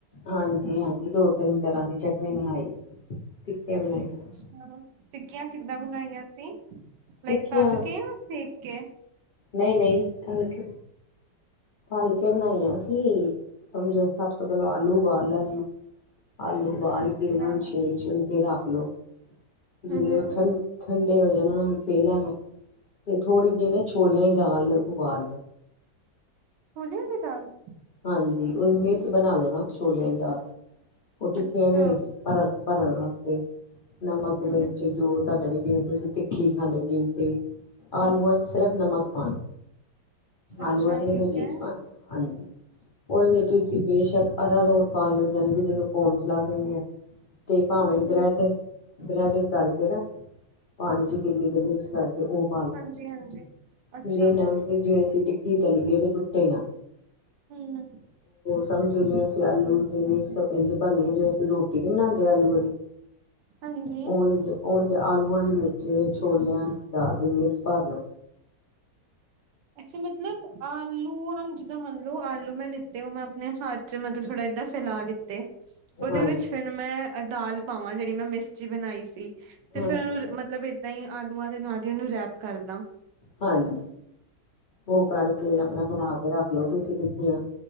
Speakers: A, on the left; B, on the right.
A: ਹਾਂਜੀ- ਹਾਂਜੀ ਦੋ ਤਿੰਨ ਤਰ੍ਹਾਂ ਦੀ ਚਟਨੀ ਬਣਾਈ ਟਿੱਕੀਆਂ ਬਣਾਈਆਂ
B: ਅੱਛਾ- ਟਿੱਕੀਆਂ ਕਿੱਦਾਂ ਬਣਾਈਆਂ ਸੀ। ਯਾ
A: ਟਿੱਕੀਆਂ
B: ਤਲਕੇ ਜਾ ਸੇਕ ਕੇ
A: ਨਹੀਂ ਨਹੀਂ ਤਲ ਕੇ ਤਲਕੇ ਬਣਾਈ ਸੀ ਸਮਝੋ ਸਭ ਤੋਂ ਪਹਿਲਾਂ ਆਲੂ ਉਬਾਲ ਲੈਣੇ ਆਲੂ ਉਬਾਲ
B: ਅੱਛਾ
A: ਕੇ ਉਹਨੂ ਛਿਲ ਛੁਲ ਕੇ ਰੱਖ ਹੈਲੋ-
B: ਹੂੰ
A: ਜਿੜੇ
B: ਹੂੰ
A: ਉਠਨ- ਉਠਨ ਤੇ ਉਨੂੰ ਫੇ ਲੈਣਾ ਤੇ ਥੋੜ੍ਹੀ ਜਿਹੀ ਨਾ ਛੋਲਿਆਂ ਹੀ ਦਾਲ ਉਬਾਲ ਲੋ
B: ਛੋਲਿਆਂ ਦੀ ਦਾਲ
A: ਹਾਂਜੀ ਉਹਨੂ ਮਿਕਸ ਬਣਾ ਲੋ ਨਾ ਛੋਲਿਆਂ ਦੀ ਦਾਲ ਉਹ ਟਿੱਕਿਆਂ
B: ਅੱਛਾ
A: ਦੇ ਵਿੱਚ ਭਰਨ ਵਾਸਤੇ ਨਮਕ
B: ਹੂੰ
A: ਮਿਰਚ ਜੋ ਤੁਹਾਡੇ ਵਿੱਚ ਜਿਵੇਂ ਤੁਸੀਂ ਤਿੱਖੀ ਖਾਂਦੇ ਜਿ ਤੇ ਆਲੂਆਂ ਚ ਸਿਰਫ਼ ਨਮਕ ਪਾਣਾ।
B: ਅੱਛਾ
A: ਅਧ ਬ। <inaudible>
B: ਠੀਕ ਹੈ
A: ਹਾਂਜੀ। ਉਹਦੇ ਵਿੱਚ ਬੇਸ਼ੱਕ ਅਰਾਰੂਟ ਪਾਲੋ ਜਨ ਜਿਹਨੂੰ ਕੌਨ ਸਲਾਹ ਦਿੰਦੇ ਆ। ਤੇ ਭਾਵੇਂ
B: ਹੂੰ
A: ਬ੍ਰੈਡ ਬਰੈਡ ਕਰਕੇ ਨਾ ਪਾਣੀ ਚ ਗਿੱਲੀ ਤੇ ਮਿਕਸ ਕਰਕੇ ਉਹ ਪਾ ਲੋ
B: ਹਾਂਜੀ ਹਾਂਜੀ ਅੱਛਾ
A: ਜਸੀ। <unintelligible> ਕੀ ਤਲੀਏ ਅੀ ਆਂ।
B: ਕੋਈ ਨਾ ਫਿਰ
A: ਸਮਝੋ ਜਿਵੇਂ ਅਸੀ ਆਲੂ ਜਿਵੇਂਸ ਕਦੇ ਭਰਵੀਂ ਜਿਵੇੰ ਅਸੀਂ ਰੋਟੀ ਨੀ ਬਣਾਉਂਦੇ ਆਲੂ ਵਾਲੀ
B: ਹਾਂਜੀ
A: ਉ ਆਲੂਆਂ ਦੇ ਵਿੱਚ ਛੋਲਿਆਂ ਦੀ ਦਾਲ ਦੀ ਮੇਸ ਭਰ ਲੋ
B: ਅੱਛਾ ਮਤਲਬ ਆਲੂ ਆ ਜਿੱਦਾਂ ਮੰਨ ਲੋ ਆਲੂ ਮੈਂ ਲਿੱਤੇ ਹੋ ਮੈਂ ਆਪਣੇ ਹੱਥ ਮਤਲਬ ਥੋੜਾ ਏਦਾਂ ਫੈਲਾ ਲਿੱਤੇ, ਔਦੇ
A: ਹਾਂਜੀ
B: ਵਿੱਚ ਫਿਰ ਮੈਂ ਐ ਦਾਲ ਪਾਵਾਂ ਜਿਹੜੀ ਮੈਂ ਮਿਸਚੀ ਬਣਾਈ ਸੀ। ਤੇ
A: ਹਾਂਜੀ
B: ਫੇਰ ਉਹਨੂੰ ਮਤਲਬ ਏਦਾਂ ਹੀ ਆਲੂਆਂ ਦੇ ਨਾਲ ਹੀ ਔਨੂੰ ਰੈਪ ਕਰਨਾ।
A: ਹਾਂਜੀ। ਔ ਕਰ ਕੇ ਆਪਣਾ ਬਣਾ ਕੇ ਰਖਲੋ ਤੁੂੰਸੀ ਪੀਪੀਆਂ।